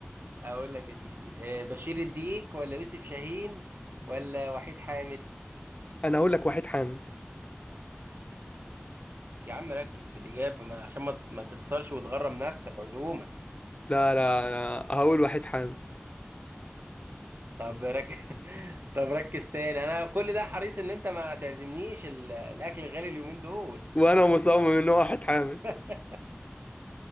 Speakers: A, on the right; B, on the left.
A: اقول لك يا سيدي آه، بشير الديك ولا يوسف شاهين ولا وحيد حامد
B: انا هقول لك وحيد حامد
A: يا عم ركز في الاجابه ما عشان ما ما تخسرش وتغرم نفسك عزومه
B: لا لا انا هقول وحيد حامد
A: طب رك... <laughs> طب ركز تاني انا كل ده حريص ان انت ما تعزمنيش ال... الاكل غالي اليومين دول
B: وانا مصمم ان هو وحيد حامد
A: <laughs>